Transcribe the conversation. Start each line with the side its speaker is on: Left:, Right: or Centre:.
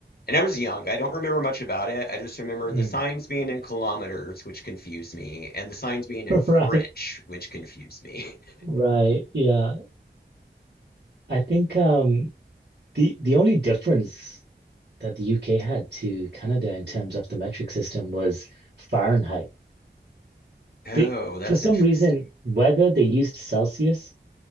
Left: and I was young. I don't remember much about it. I just remember
Right: Mm.
Left: the signs being in kilometers, which confused me, and the signs being in
Right: <laughs> Right,
Left: French, which confused me. <laughs>
Right: right. Yeah, I think um the the only difference that the UK had to Canada in terms of the metric system was Fahrenheit.
Left: Oh,
Right: They,
Left: that's
Right: for some
Left: interesting.
Right: reason, weather they used Celsius,